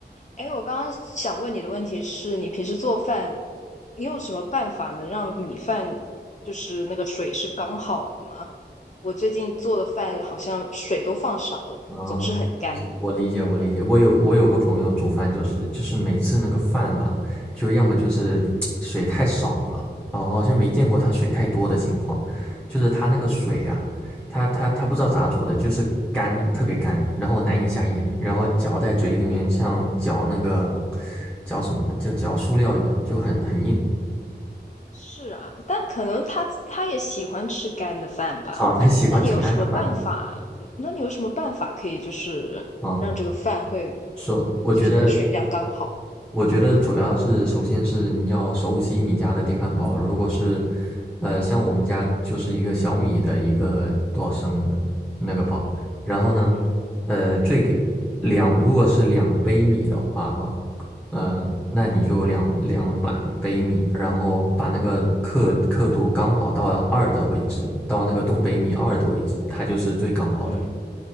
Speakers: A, on the left (about 40°); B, in the centre.
A: 哎，我刚刚想问你的问题是你平时做饭，你有什么办法能让米饭就是那个水是刚好的吗？我最近做的饭好像水都放少了，
B: 啊，
A: 总是很干。
B: 是我理解，我理解。我有我有个朋友煮饭，就是就是每次那个饭吧，就要么就是水太少了，哦，好像没见过他水太多的情况。就是他那个水呀、他他他不知道咋煮的，就是干，特别干，然后难以下咽，然后嚼在嘴里面像嚼那个嚼什么呢？就嚼塑料一样，就很很硬。
A: 是啊，但可能他他也喜欢吃干的饭吧？
B: <laughs> 啊，他喜欢吃干的饭。
A: 那你有什么办法？那你有什么办法可以就是让这个饭会
B: 啊。说我觉得，
A: 就是那个水量刚好？
B: 我觉得主要是首先是你要熟悉你家的电饭煲，如果是，呃，像我们家就是一个小米的一个多少升的那个煲，
A: 嗯
B: 然后呢，
A: 嗯
B: 呃，最给两如果是两杯米的话啊，嗯、那你就两两满杯米，然后把那个刻刻度刚好到二的位置，到那个东北米二的位置，它就是最刚好的。
A: 嗯嗯。